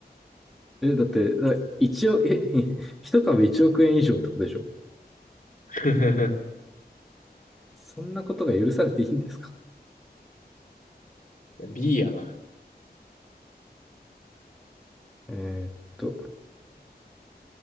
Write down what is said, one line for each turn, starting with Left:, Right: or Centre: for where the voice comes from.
Centre: え、だって、だ一応、え、<laughs> 一株一億円以上ってことでしょ
Left: <laughs>
Centre: そんなことが許されていいんですか
Left: B やな。
Centre: えーっと、